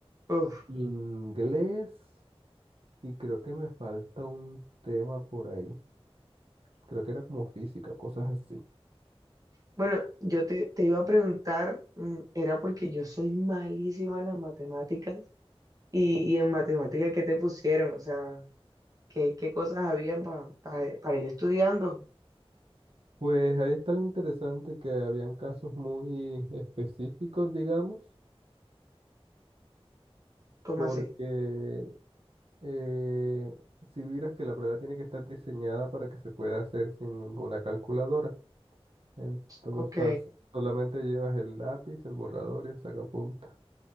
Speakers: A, on the right; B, on the right.
A: uf.
B: Inglés, y creo que me falta un tema por ahí. Creo que era como física, cosas así.
A: Bueno, yo te, te iba a preguntar, mm, era porque yo soy malísima en las matemáticas y, y en matemáticas, ¿qué te pusieron? O sea, ¿qué, qué cosas habían pa- pa- para ir estudiando?
B: Pues ahí está lo interesante que habían casos muy específicos, digamos,
A: ¿Cómo
B: porque
A: así?
B: eh, si vieras que la prueba tiene que estar diseñada para que se pueda hacer sin ninguna calculadora. Entonces,
A: Ok.
B: o sea, solamente llevas el lápiz, el borrador y el sacapunta.